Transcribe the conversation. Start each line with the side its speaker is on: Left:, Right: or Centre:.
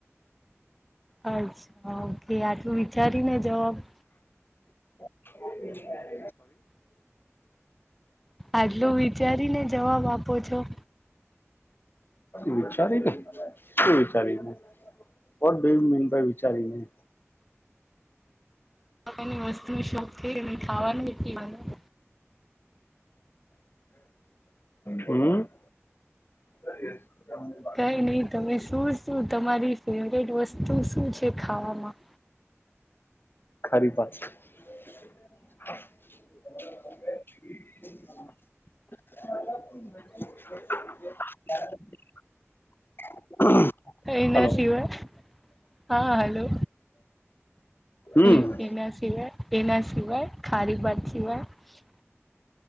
Centre: આજ હા. એ આટલું વિચારીને જવાબ.
Left: <unintelligible> <inaudible>
Centre: આટલું વિચારીને જવાબ આપો છો.
Left: વિચારીને શું વિચારીને વડ <inaudible> મીનભાઈ‌ વિચારીને.
Centre: એની વસ્તુની શોધ થઈ અને ખાવાની એટલી માનું.
Left: હું. <unintelligible>
Centre: કઈ
Left: <inaudible>
Centre: નહી તમે શું શું તમારી ફેવરિટ વસ્તુ શું છે. શીખાવાવામાં.
Left: ખરી પા <unintelligible> <inaudible> <unintelligible> <inaudible> <inaudible>
Centre: એના
Left: હલો
Centre: સિવાય હા હલો.
Left: હમ
Centre: એ‌ એના છેવા. એના સિવાય ખારી ભાત સિવાય.